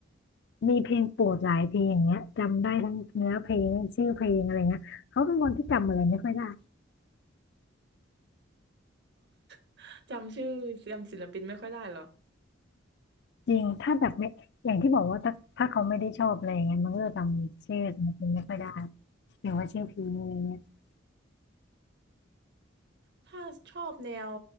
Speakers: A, on the left; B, on the right.
A: มีเพลงโปรดหลายเพลงอย่างเงี้ยจำได้ทั้งเนื้อเพลงชื่อเพลงอะไรเงี้ยเขาเป็นคนที่จำอะไรไม่ค่อยได้
B: <laughs> จำชื่อจำศิลปินไม่ค่อยได้เหรอ
A: จริงถ้าแบบไม่อย่างที่บอกว่าถ้าถ้าเขาไม่ได้ชอบอะไรเงี้ยมันก็จะจำชื่อศิลปินไม่ค่อยได้หรือย่างว่าชื่อเพลงอะไรเงี้ย
B: ถ้าชอบแนว